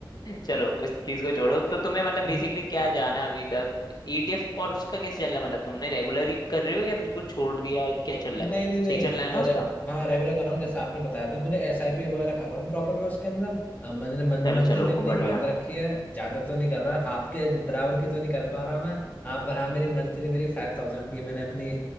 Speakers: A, on the left; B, on the left.
A: चलो उस चीज को छोड़ो तो तुम्हें मतलब
B: <laughs>
A: बेसिकली क्या जाना है अभी तक ईटीएफ और उसका कैसे चल रहा है मतलब तुमने रेगुलर ही कर रहे हो या बिल्कुल छोड़ दिया है? क्या चल रहा
B: नहीं
A: है
B: नहीं नहीं
A: सही चल रहा है ना उसका
B: रे, हाँ रेगुलर कर रहा हूँ जैसे आपने बताया था मुझे एस आई पी वगैरह कर रहा हूँ प्रॉपर मैं उसके अंदर अ, मैंने मन
A: चलो
B: मंथली
A: चलो
B: अपनी
A: वो बढ़िया
B: बांध रखी है ज्यादा तो नहीं कर रहा आपके ज- बराबर की तो नहीं कर पा रहा मैं हाँ पर हाँ मेरी मंथली मेरी फाइव थाउजेंड की मैंने अपनी